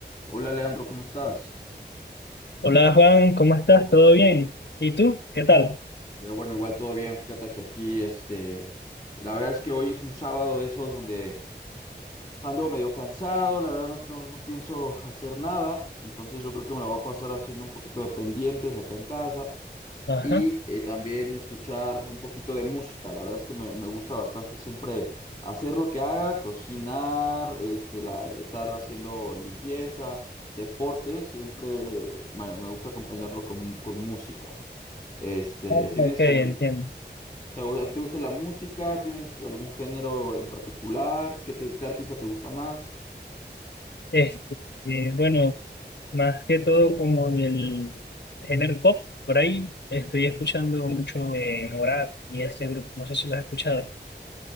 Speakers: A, on the left; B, on the left.
A: Hola Leandro, ¿cómo estás?
B: Hola Juan, ¿cómo estás? ¿Todo bien? ¿Y tú? ¿Qué tal?
A: Qué bueno, igual todo bien. Fíjate que aquí, este, la verdad es que hoy es un sábado de esos donde ando medio cansado, la verdad no, no, no pienso hacer nada, entonces yo creo que me la voy a pasar haciendo un poquito de pendientes acá en casa.
B: Ajá.
A: y
B: Ah,
A: eh, también escuchar un poquito de música. La verdad es que me, me gusta bastante siempre hacer lo que haga, cocinar, este, la- estar haciendo limpieza, deporte, siempre me, me gusta acompañarlo con, con música. Este,
B: ok,
A: ¿tienes
B: entiendo.
A: al- te- a ti te gusta la música? ¿Tienes algún género en particular? ¿Qué, te- qué artista te gusta más?
B: Este, eh, bueno, más que todo como del género pop, por ahí estoy escuchando mucho eh, Morat y ese grupo, no sé si lo has escuchado.